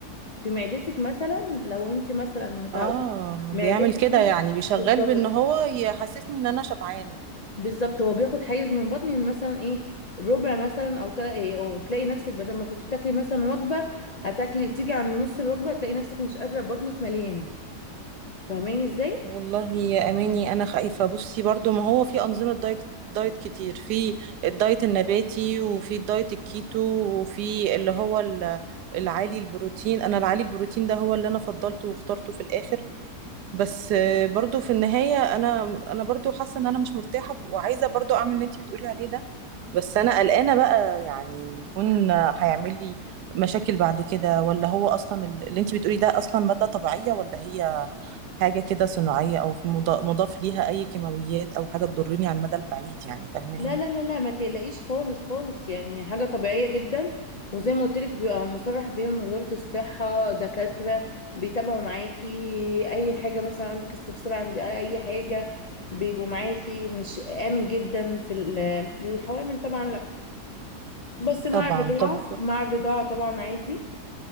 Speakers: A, on the left; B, on the right.
A: في معدتك مثلا لو انت مثلا متعودة
B: اه
A: معدتك
B: بيعمل كده
A: مثلا
B: يعني بيشغل
A: بالظبط
B: بأن هو يحسسني إن أنا شبعانة
A: بالظبط هو بياخد حيز من بطني مثلا ايه ربع مثلا او تلا- إيه، او تلاقي نفسك بدل ما كنت بتاكلي مثلا وجبه هتاكلي تيجي عند نص الوجبه هتلاقي نفسك مش قادره بطنك مليانه فاهماني ازاي
B: والله يا أماني أنا خايفة بصي برضو ما هو في أنظمة دايت دايت كتير في الدايت النباتي وفي الدايت الكيتو وفي اللي هو ال- العالي البروتين أنا العالي البروتين ده هو اللي أنا فضلته واخترته في الآخر بس آه، برضو في النهاية أنا أنا برضو حاسة إن أنا مش مرتاحة وعايزة برضو أعمل اللي أنتي بتقولي عليه ده بس أنا قلقانة بقى يعني يكون هيعمل لي مشاكل بعد كده ولا هو أصلا ال- اللي أنتي بتقولي ده أصلا مادة طبيعية ولا هي حاجة كده صناعية أو في مضا- مضاف ليها أي كيماويات أو حاجة تضرني على المدى البعيد يعني فاهماني
A: لا لا لا لا ما تقلقيش خالص خالص يعني حاجة طبيعية جدا وزي ما قلت لك بيبقى مصرح بيها من وزارة الصحة دكاترة بيتابعوا معاكي أي حاجة مثلا عندك استفسار عند أي أي حاجة بيبقوا معاكي مش آمن جدا في ال- الحوامل طبعا لا بس مع
B: طبعا
A: الرضاعة
B: طب
A: مع الرضاعة طبعا عادي